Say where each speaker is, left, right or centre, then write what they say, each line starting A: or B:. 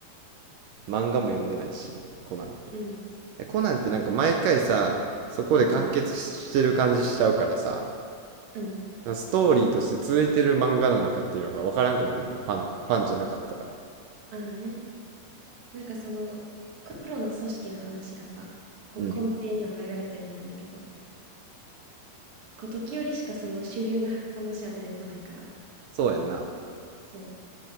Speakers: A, on the right (about 75°); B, on the right (about 40°).
A: 漫画も読んでないし、コナン。
B: うん、
A: えコナンってなんか毎回さ、そこで完結してる感じしちゃうからさ、
B: うん、うん。
A: ストーリーとして続いてる漫画なのかっていうのが分からんくなるのよ、ファン、ファンじゃなかったら。
B: ああね。なんかその、黒の組織の話がさ、こう根底には流れてるんだろうけど、
A: うん。
B: こう時折しかその主流の話は出てこないから。
A: そうやんな。
B: そう。